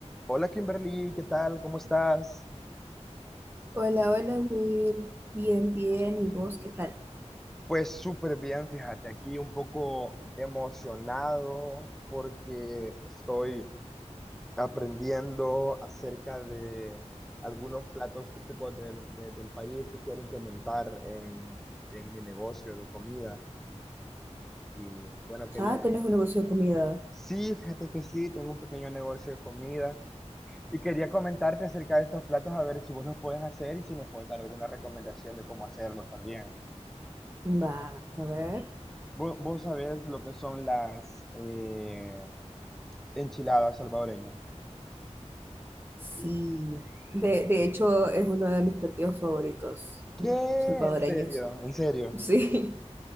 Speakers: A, in the centre; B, on the right.
A: Hola Kimberly, ¿qué tal? ¿Cómo estás?
B: Hola, hola, Will. Bien, bien. ¿Y vos qué tal?
A: Pues súper bien, fíjate, aquí un poco emocionado porque estoy aprendiendo acerca de algunos platos típicos del, de- del país que quiero implementar en, en mi negocio de comida. Y bueno, quería...
B: Ah, tenés un negocio de comida.
A: Sí, fíjate que sí, tengo un pequeño negocio de comida y quería comentarte acerca de estos platos a ver si vos los puedes hacer y si me puedes dar alguna recomendación de cómo hacerlos también.
B: Va, a ver.
A: Vo- Vos, sabés lo que son las eh, enchiladas salvadoreñas.
B: Sí. De, de hecho, es uno de mis platillos favoritos
A: ¿Qué?
B: mm, salvadoreños.
A: ¿En serio? ¿En serio?
B: Sí.